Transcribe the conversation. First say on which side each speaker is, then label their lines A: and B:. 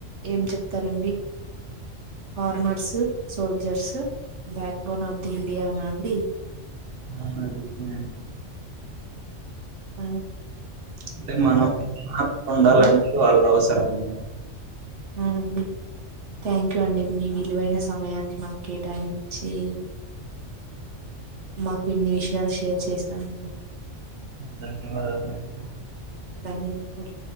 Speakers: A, on the right; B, on the right.
A: ఏం చెప్తారండి armours soldiers back bone of the ఇండియానా అండి
B: ఆ నిజమే అండి
A: అవును
B: అంటే మనం మా ఉండాలంటే
A: ఆ
B: వాళ్ళ అవసరం ఉంది
A: అవునండి థ్యాంక్ యూ అండి మీ విలువైన సమయాన్ని మాకు కేటాయించి మాకు ఇన్ని విషయాలు షేర్ చేసినందుకు
B: ధన్యవాదాలు అండి
A: ధన్యవాద ల్